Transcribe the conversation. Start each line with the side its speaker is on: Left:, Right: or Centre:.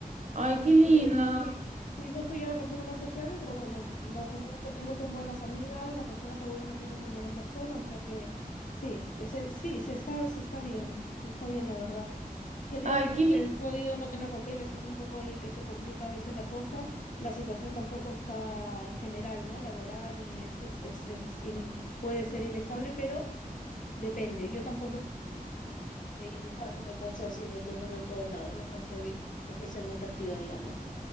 Right: Ay,
Left: Este,
Right: qué lindo.
Left: sí, sí, no soy yo la persona más sociable, pero bueno, las amigas que tengo son buenas amigas, las personas que voy conociendo son buenas personas, o sea que sí, se- sí, se está, se está bien, se está bien la verdad. Ya te
Right: Ay,
Left: digo que es,
Right: qué lindo.
Left: es jodido no tener papeles, es un poco ahí que se complica a veces la cosa. La situación tampoco está en general, ¿no? Laboral, eso es, es, es in- puede ser inestable, pero depende. Yo tampoco de ir buscándome cosas y metiéndome en todos lados, ¿no? No soy especialmente activa, digamos.